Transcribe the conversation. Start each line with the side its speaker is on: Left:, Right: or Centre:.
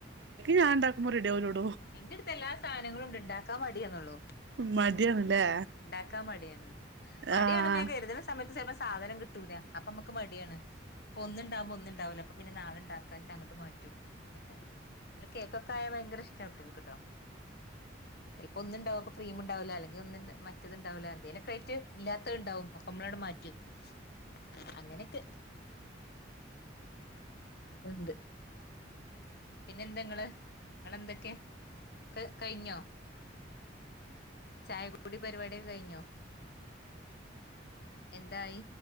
Right: കേക്ക് ഞാൻണ്ടാക്കുമ്പോ റെഡിയവൂലൊട് -
Left: ഇന്റെട്ത്തെല്ലാ സാനങ്ങളുണ്ട്. ണ്ടാക്കാൻ മട്യാന്നൊള്ളു
Right: മടിയാണല്ലേ
Left: ണ്ടാക്കാൻ മടിയാണ്. മടിയാണ്
Right: ആഹ്
Left: പ്പ ഞാൻ കെര്ത്ണ സ് - സമയത്ത് ചെൽപ്പ സാധനം കിട്ടൂല. അപ്പമ്മക്ക് മട്യാണ് അപ്പൊന്ന് ണ്ടാവുമ്പൊന്ന്ണ്ടാവൂല. അപ്പ പിന്നെ നാളെണ്ടാക്കാച്ചങ്ങട്ട് മാറ്റും അങ്ങനൊക്കെ അല്ല കേക്കൊക്കായാ ഭയങ്കര ഇഷ്ട്ടാകുട്ട്യൾക്ക് ട്ടോ ചെൽപ്പൊന്ന്ണ്ടാവും അപ്പൊ ക്രീമ്ണ്ടാവൂല. അല്ലെങ്കി ഒന്ന് മറ്റത്ണ്ടാവുല. എന്തേലൊക്കായിറ്റ് ഇല്ല്യാത്തത്ണ്ടാവും. അപ്പമ്മളണ്ട് മാറ്റ്യക്കും അങ്ങനെക്കെ ഉണ്ട് പിന്നെന്തെങ്ങള് ങ്ങളെന്തൊക്കെ ക കയ്ഞ്ഞോ ചായകുടി പരിപാട്യൊക്കെ കഴിഞ്ഞോ എന്തായി